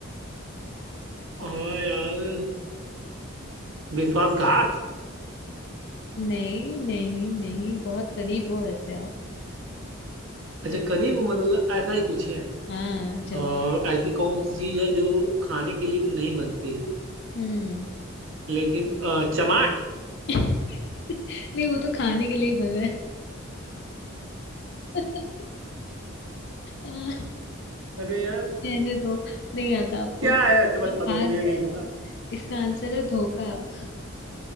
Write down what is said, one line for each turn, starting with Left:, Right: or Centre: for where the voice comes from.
Right: हाँ यार विश्वासघात
Left: नहीं नहीं नहीं बहुत करीब हो वैसे आप
Right: अच्छा
Left: ज-
Right: करीब मतलब ऐसा ही कुछ है
Left: हाँ जवाब
Right: और ऐसी कौन सी चीज है जो खाने के लिए तो नहीं बनती है
Left: हम्म
Right: लेकिन अ, चमाट
Left: <laughs> नहीं वो तो खाने के लिए ही बना है <laughs> हाँ,
Right: अरे यार
Left: रहने दो नहीं आता आपको
Right: क्या है अच्छा बता
Left: आप हार
Right: दो मुझे
Left: गए
Right: नहीं पता
Left: और इसका आंसर है धोखा <laughs>